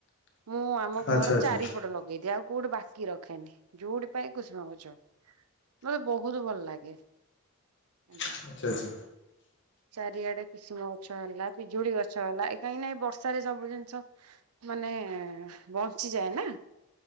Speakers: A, on the right; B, on the left.
A: ମୁଁ ଆମ
B: ଆଚ୍ଛା
A: ଘର
B: ଆଚ୍ଛା
A: ଚାରିପଟ ଲଗେଇଦିଏ ଆଉ କୋଉଠି ବାକି ରଖେନି ଯୋଉଠି। ପାଇଁ କୁସୁମଗଛ ମୋତେ ବହୁତ ଭଲ ଲାଗେ। ଆଜ୍ଞା।
B: ଆଚ୍ଛା ଆଚ୍ଛା
A: ଚାରିଆଡେ କିସୁମ ଗଛ ହେଲା ପିଜୁଳି ଗଛ ହେଲା ଏ କାହିଁକି ନା ବର୍ଷାରେ ସବୁ ଜିନିଷ ମାନେ ଏନ୍ ବଞ୍ଚିଯାଏ ନା।